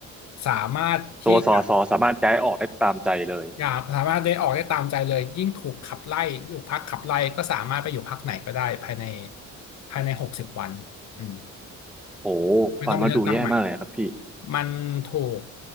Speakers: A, on the left (about 65°); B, in the centre.
A: สามารถที่จะ
B: ตัวสอสอสามารถย้ายออกได้ตามใจเลย
A: อย่าสามารถได้ออกได้ตามใจเลยยิ่งถูกขับไล่อยู่พักขับไล่ก็สามารถไปอยู่พักไหนก็ได้ภายในภายในหกสิบวันอืม
B: โห
A: ไม่ต้องไปเลือกตั้งใหม่
B: ฟังแล้วดูแย่มากเลยครับพี่
A: มันถูก